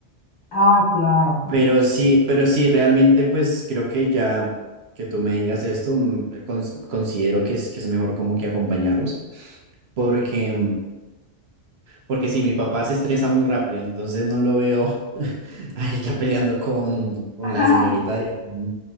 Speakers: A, on the left (about 40°); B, on the right (about 65°).
A: Ah, claro.
B: Pero sí, pero sí, realmente pues creo que ya que tú me digas esto, mm, cons- considero que es, que es mejor como que acompañarlos, porque, mm, porque si mi papá se estresa muy rápido, entonces no lo veo <laughs> ay, ya peleando con, con
A: <laughs> Ajá.
B: la señorita de- mm,